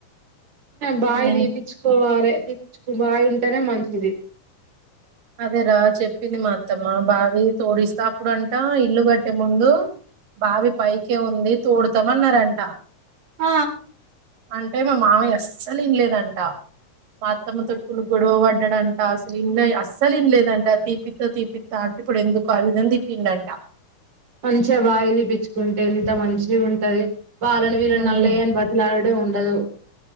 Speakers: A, on the right; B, on the right.
A: బావి
B: ఏం
A: తీపించుకోవాలి తీపించుకో బావి ఉంటేనే మంచిది
B: అదేర చెప్పింది మా అత్తమ్మ బావి తోడిస్తా అప్పుడుంటా ఇల్లు కట్టే ముందు బావి పైకే ఉంది తోడుతామన్నారంట
A: ఆ
B: అంటే మా మామయ్య అస్సలు ఇంలేదంట మా అత్తమ్మ తుడుకులు గొడవ పడ్డాడంట అసలు ఇండ్లే అసలు ఇండ్లేదంటా తీపిత్త తీపిత్త అంటే ఇప్పుడు ఎందుకు ఆ విధం తిట్టిండంట
A: మంచిగా బాగా తీపించుకుంటే ఇంత మంచిగా ఉంటది వాళ్ళని వీళ్ళని
B: ఉమ్
A: <unintelligible> ఉండదు